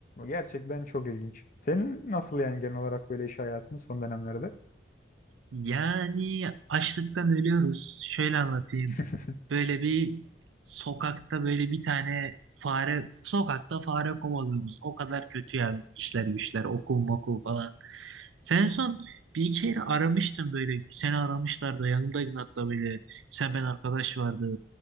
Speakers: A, on the left; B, on the right.
A: Gerçekten çok ilginç. Senin nasıl yani genel olarak böyle iş hayatın son dönemlerde?
B: Yani açlıktan ölüyoruz. Şöyle anlatayım.
A: <laughs>
B: Böyle bir sokakta böyle bir tane fare, sokakta fare kovalıyoruz. O kadar kötü ya benim işler güçler, okul mokul falan. Sen en son bir iki yere aramıştın böyle. Seni aramışlardı. Yanımdaydın hatta böyle. Sen ben arkadaş vardı.